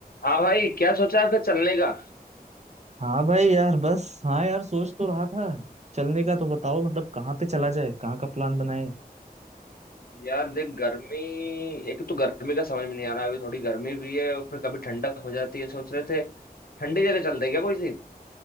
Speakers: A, on the left; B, on the right.
A: हाँ भाई क्या सोचा है फिर चलने का
B: हाँ भाई यार बस हाँ यार सोच तो रहा था चलने का तो बताओ मतलब कहाँ पे चला जाए कहाँ का प्लान बनाए
A: यार देख गर्मी एक तो गर्मी का समझ में नहीं आ रहा अभी थोड़ी गर्मी भी है और फिर कभी ठंडक हो जाती है सोच रहे थे ठंडी जगह चलते हैं क्या कोई सी